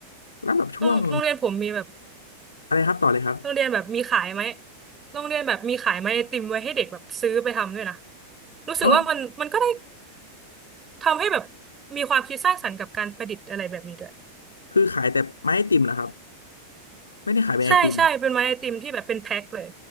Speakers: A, on the left; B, on the right.
A: แล้วแบบช่วง
B: โรงโรงเรียนผมมีแบบ
A: อะไรครับต่อเลยครับ
B: โรงเรียนแบบมีขายไหมโรงเรียนแบบมีขายไหมไอติมไว้ให้เด็กแบบซื้อไปทำด้วยนะรู้สึกว่ามันมันก็ได้
A: อ๋อ
B: ทำให้แบบมีความคิดสร้างสรรค์กับการประดิษฐ์อะไรแบบนี้ด้วย
A: คือขายแต่ไม้ไอติมเหรอครับไม่ได้ขายเป็นไอติม
B: ใช่ใช่เป็นไม้ไอติมที่แบบเป็นแพ็คเลย